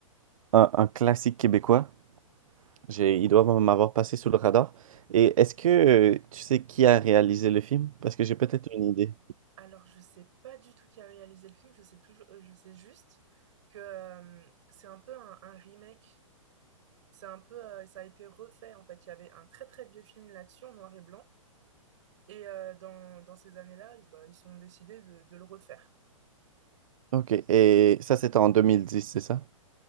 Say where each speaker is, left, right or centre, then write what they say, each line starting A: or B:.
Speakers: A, on the right; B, on the right.
A: un, un classique québécois. J'ai- ils doivent m'avoir passé sous le radar. Et est-ce que euh, tu sais qui a réalisé le film? Parce que j'ai peut-être une idée.
B: Alors, je sais pas du tout qui a réalisé le film. Je sais toujours... euh, Je sais juste que euh, c'est un peu un, un remake C'est un peu, euh, ça a été refait en fait. Il y avait un très très vieux film là-dessus en noir et blanc. Et euh, dans, dans ces années-là, eh ben, ils ont décidé de, de le refaire.
A: Ok, et ça c'était en 2010, c'est ça?